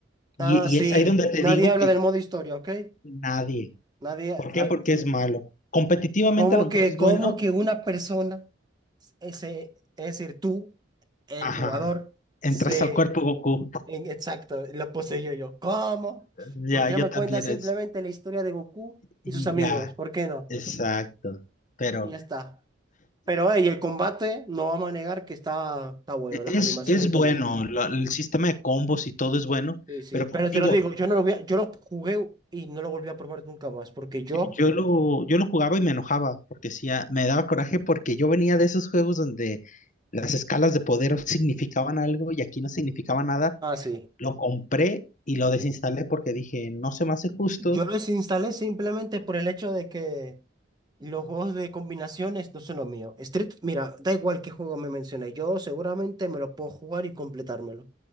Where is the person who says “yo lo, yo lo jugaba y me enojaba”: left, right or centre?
Left